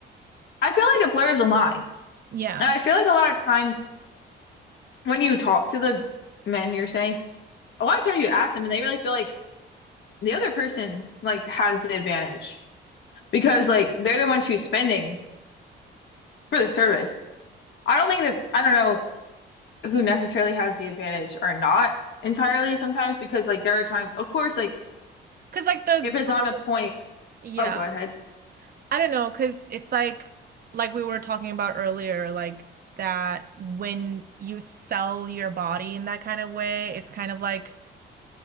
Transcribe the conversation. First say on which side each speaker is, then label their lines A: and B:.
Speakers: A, on the left (about 65°); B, on the right (about 50°).
A: I feel like it blurs the line.
B: Yeah.
A: And I feel like a lot of times when you talk to the men you're saying, a lot of times you ask them and they really feel like the other person like has the advantage because like they're the ones who's spending for the service. I don't think that I don't know who necessarily has the advantage are not entirely sometimes because like there are times of course like
B: Cause like the
A: if it's on a
B: girl,
A: point
B: yeah.
A: oh go ahead
B: I don't know, cause it's like like we were talking about earlier, like that when you sell your body in that kind of way, it's kind of like